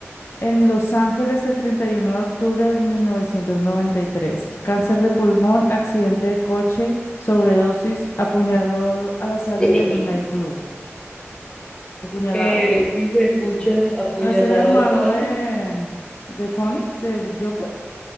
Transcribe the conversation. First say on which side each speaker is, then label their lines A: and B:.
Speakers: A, on the left; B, on the left.
A: en Los Ángeles el treinta y uno de octubre de mil novecientos noventa y tres, Cáncer de pulmón, accidente de coche, sobredosis, apuñalado a la salida
B: <laughs>
A: en un nightclub. ¿Apuñalado?
B: Eh, uy, pucha, apuñalado.
A: ¿No es el hermano
B: ah,
A: de, de Phoenix, del Joker?